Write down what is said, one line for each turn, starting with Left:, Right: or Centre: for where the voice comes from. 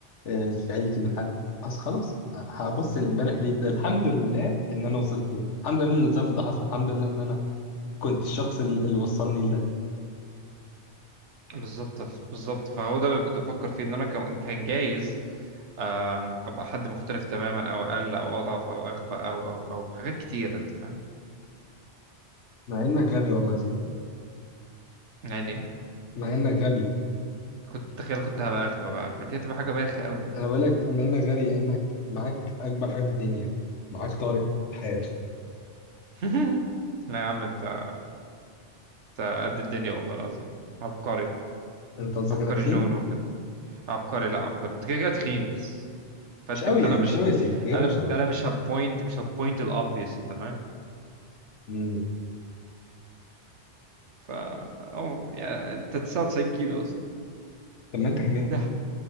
Left: آه في عيلتي من حد اصل خلاص ه- هبص لامبارح ليه ده الحمد لله ان انا وصلت كده الحمد لله ان الظرف ده حصل الحمد لله ان انا كنت الشخص اللي اللي وصلني لده
Right: بالظبط بالظبط فهو ده اللي كنت بفكر فيه إن أنا كان كان جايز آم، أبقى حد مختلف تماما أو أقل أو أضعف أو أغبى أو أو أو حاجات كتير أنت فاهم
Left: مع انك غبي والله يا سيف
Right: يعني
Left: مع انك غبي
Right: كنت تخيل كنت هبقى أغبى بقى فدي هتبقى حاجة بايخة أوي
Left: انا بقول لك مع انك غبي لانك معاك اكبر حاجه في الدنيا معاك طارق في حياتك
Right: <laughs> لا يا عم أنت أنت قد الدنيا والله العظيم عبقري
Left: انت قصدك
Right: عبقري
Left: انا تخين
Right: نونو كده عبقري لا عبقري أنت كده كده تخين بس فانت
Left: مش قوي
Right: فانا
Left: يعني
Right: مش
Left: مش قوي
Right: ه...
Left: يا سيف بجد
Right: انا
Left: مش
Right: ده
Left: قوي
Right: انا مش هبوينت مش هبوينت الاوبفيوس انت فاهم
Left: امم
Right: فا اه يعني انت 99 كيلو اصلا
Left: طب ما انت كمان
Right: ده